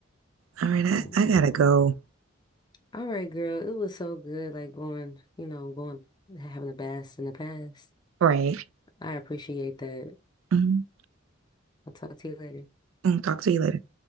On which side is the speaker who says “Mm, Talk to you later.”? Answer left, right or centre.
Right